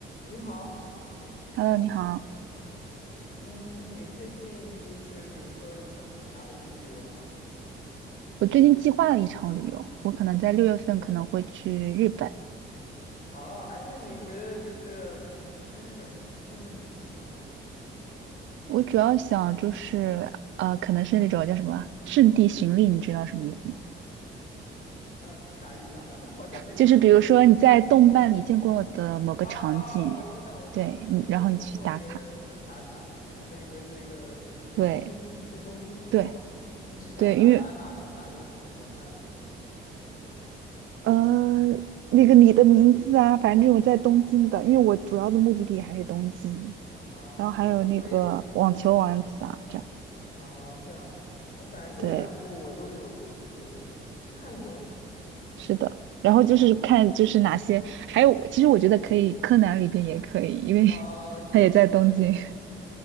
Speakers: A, on the left; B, on the right.
A: 你好，
B: Hello，你好。
A: 嗯，你最近就是比如说有想去哪里旅游吗？
B: 我最近计划了一场旅游，我可能在六月份可能会去日本。
A: 啊，哎，那你觉得就是嗯，去日本有什么吸引你的地方吗？
B: 我主要想就是，呃，可能是那种叫什么圣地巡礼，你知道什么意思吗？
A: 呃，是啥意思啊？<laughs> 好像没听说过。
B: 就是比如说你在动漫里见过的某个场景，
A: 哦哦，我知道，我知道，
B: 对，
A: 我有我有看过别人就是打卡，
B: 你然后你去打卡，
A: 就是那个是一个就是东京去东京搞的。
B: 对对
A: 你是想打卡哪个哪个，
B: 对，因为
A: 比如动漫里的？
B: 呃，那个你的名字啊，反正这种在东京的，因为我主要的目的地还是东京，
A: 哦，
B: 然后还有那个网球王子啊，
A: 哎，我也有听说这个。
B: 这样。
A: 哦，这样，我感觉这两部我都有就是看过，
B: 对，是的，然后就是看就是哪些，还有其实我觉得可以，柯南里边也可以，因为
A: 呃，
B: <laughs>
A: 确实确实。
B: 他也在东京。<laughs>